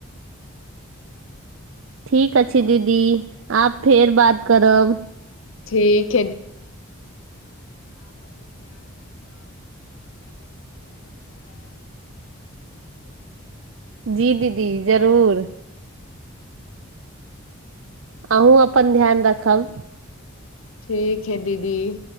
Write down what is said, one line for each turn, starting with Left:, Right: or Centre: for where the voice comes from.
Right: ठीक अछि दीदी आब फेर बात करब।
Left: ठीक
Right: जी दीदी जरूर। अहूँ अपन ध्यान रखब।
Left: ठीक। हइ दीदी